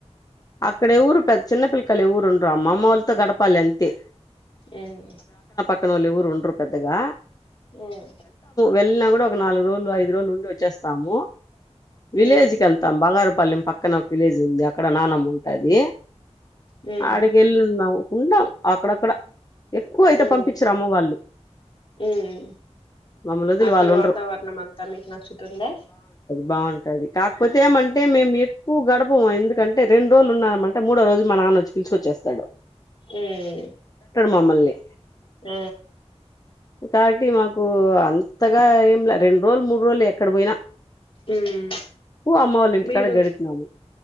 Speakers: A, on the left; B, on the left.
A: అక్కడ ఎవరు పెద్ చిన్న పిల్లకాయలు ఎవరు ఉండ్రరు అమ్మమ్మ వాళ్ళతో గడపాలి అంతే
B: ఉం
A: పక్కనోళ్లు ఎవరు ఉండ్రు పెద్దగా
B: ఉం
A: వెళ్ళిన కూడా ఒక నాలుగు రోజులు ఐదు రోజులు ఉండి వచ్చేస్తాము విలేజ్
B: ఉమ్
A: కెళ్తాం బంగారు పళ్లెం పక్కన ఒక విలేజ్ ఉంటది అక్కడ నానమ్మ ఉంటది
B: ఉమ్
A: ఆడికి వెళ్ళిన్నాం ఉండామ్ అక్కడక్కడ ఎక్కువ అయితే
B: ఉమ్
A: పంపించరు అమ్మ వాళ్ళు
B: ఉమ్
A: మమ్మల్ని వదిలి
B: అక్కడ
A: వాళ్ళు ఉండరు
B: వాతావరణం అంతా మీకు నచ్చుతుందా
A: బాగుంటది కాకపోతే ఏమంటే మేము ఎక్కువ గడపం ఎందుకంటే రెండు రోజులు ఉన్న మంటే మూడో రోజు మా నాన్న వొచ్చి పీల్చుకొచ్చేస్తాడు
B: ఉం
A: మమల్ని
B: ఉ
A: కాబట్టి మాకు అంతగా ఏంల రెండు రోజులు మూడు రోజులు ఎక్కడ పోయినా
B: ఊ మ్
A: ఎక్కువ అమ్మ వాళ్ళ ఇంటికాడ
B: మీరు
A: గడిపినాము